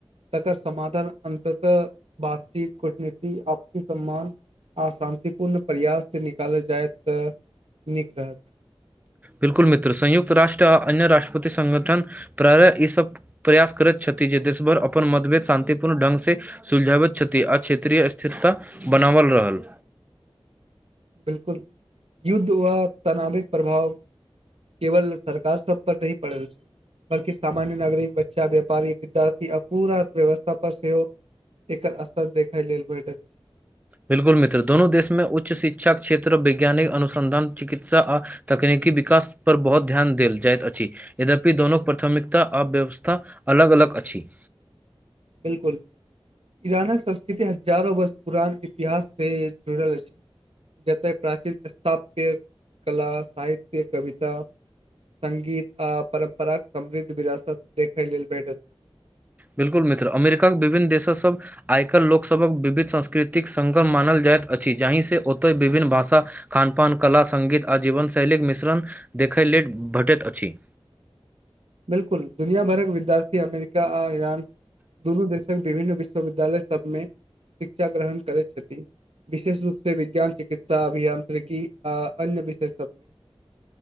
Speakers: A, on the right; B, on the right.
A: तकर समाधान अन्ततः बातचीत कूटनीति आपस सम्मान। अशान्तिपूर्ण प्रयाससँ निकालल जाय तऽ नीक रहत।
B: बिल्कुल मित्र संयुक्त रष्ट्र आ अन्य रष्ट्रपति संगगठन प्रारः ईसभ प्रयास करैत छथि। ी जे देशभर अपन मतभेद शानंतिपूर्ण ढङंगग से सुलझावैत छथि आ क्षेत्रीय स्थिरता बनाव। कल रहल।
A: बिल्कुल युद्ध वा तनाव के प्रभाव केवल सरकार सब पर नी पड़ल छै। बल्कि सामान्य नागरिक बच्चा व्यापारी विद्यार्थी अपूरा अर्थव्यवस्था पर सेहो। एकर असथ देखाय ल भेटै।
B: बिल्कुल मित्रोननो देश मे उच्च शिक्षा क्षेत्र वैज्ञानिक अनुसंधान चिकित्सा आ तकनीकी। के विकास पर बहुत ध्यान देल जाइत अछि यद्यपि दोनोक प्राथमिकता अव्यवस्था अलग अलग। लग अछि।
A: बिलकुल। ईरानक संस्कृति हजारो वर्ष पुरान इतिहास से जुड़ल अछि। जतय प्राचीन स्थाप्य कला साहित्य कविता। संगगीत आ परम्पराक समृद्ध विरासत देखै लेल भेटैत अछि।
B: बिल्कुल मित्र अमेरिकाक विभिन्न देश सभ आइकर लोकसभक विविध सांस्कृतिक संग्म मानल जाइत। अछि जाहि से ओतय विभिन्न भाषा खानपान कला संगगीत आ जीवनशैलीके मिश्रण देख। देखै लेले भेटैत अछि।
A: बिलकुल दुनिया भरके विद्यार्थी अमेरिका आ ईरान दुनू देश। विभिन्न विश्वविद्यालय सबमे शिक्षा ग्रहण करैत छथिन। विशेष रूप से विज्ञान चिकित्सा अभियंत्र्रिकी आ अन्य विषय सबमे।